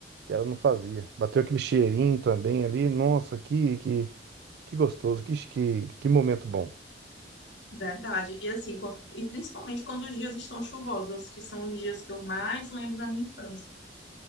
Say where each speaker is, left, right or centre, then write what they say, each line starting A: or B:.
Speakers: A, on the right; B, on the left.
A: que ela não fazia. Bateu aquele cheirinho também ali. Nossa, que, que, que gostoso, que, que, que momento bom.
B: verdade. E assim, quan- e principalmente quando os dias estão chuvosos, que são os dias que eu mais lembro da minha infância.